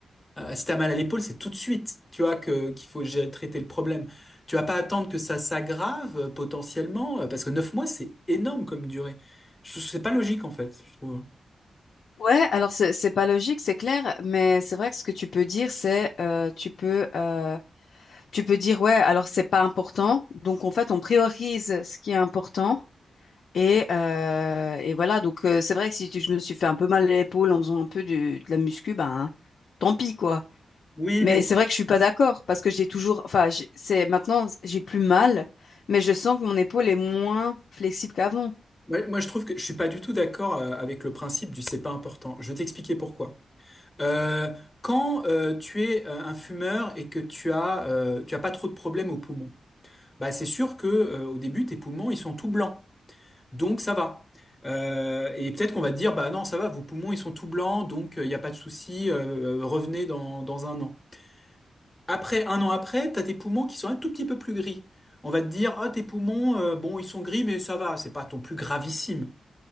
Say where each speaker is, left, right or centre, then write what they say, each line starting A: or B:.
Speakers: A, on the left (about 25°); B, on the left (about 75°).
A: Euh, si t'as mal à l'épaule, c'est tout de suite, tu vois, que qu'il faut gérer- traiter le problème. Tu vas pas attendre que ça s'aggrave euh, potentiellement, euh, parce que 9 mois, c'est énorme comme durée. Je- C'est pas logique, en fait, je trouve.
B: Ouais, alors c'est c'est pas logique, c'est clair, mais c'est vrai que ce que tu peux dire, c'est euh, tu peux euh, tu peux dire ouais, alors c'est pas important, donc en fait on priorise ce qui est important et euh, et voilà donc euh, c'est vrai que si tu- je me suis fait un peu mal à l'épaule en faisant un peu du- de la muscu, ben tant pis quoi.
A: Oui,
B: Mais
A: mais
B: c'est vrai que je suis pas d'accord parce que j'ai toujours, enfin, j'ai- c'est maintenant j'ai plus mal, mais je sens que mon épaule est moins flexible qu'avant.
A: Ouais, moi, je trouve que je suis pas du tout d'accord euh, avec le principe du c'est pas important. Je vais t'expliquer pourquoi. Euh, quand euh, tu es euh, un fumeur et que tu as euh, tu as pas trop de problèmes aux poumons, bah c'est sûr que euh, au début tes poumons ils sont tout blancs, donc ça va. Euh, et peut-être qu'on va te dire bah non ça va, vos poumons ils sont tout blancs, donc euh, il n'y a pas de souci, euh, euh, revenez dans dans un an. Après un an après, t'as tes poumons qui sont un tout petit peu plus gris. On va te dire, ah, tes poumons, euh, bon, ils sont gris, mais ça va, c'est pas ton plus gravissime.